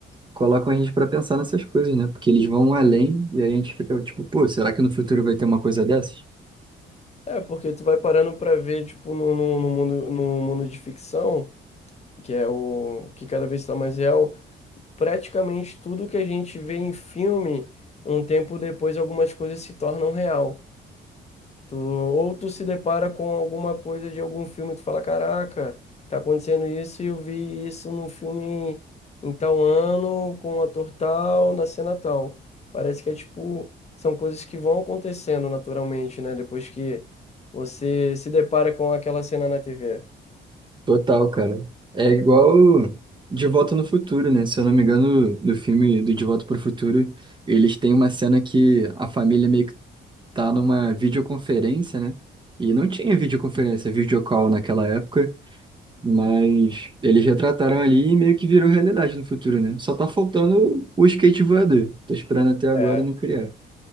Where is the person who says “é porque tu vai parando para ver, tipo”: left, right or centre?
Left